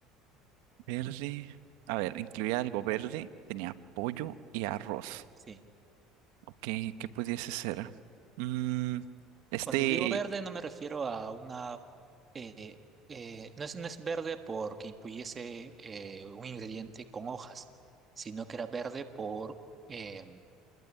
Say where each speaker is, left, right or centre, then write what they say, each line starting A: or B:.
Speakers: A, on the right; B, on the right.
A: Verde. A ver, incluía algo verde, tenía pollo y arroz.
B: Sí.
A: Ok, ¿qué pudiese ser? Mm, este,
B: Cuando digo verde no me refiero a una... eh, eh, no es, no es verde porque incluyese eh, un ingrediente con hojas, sino que era verde por eh,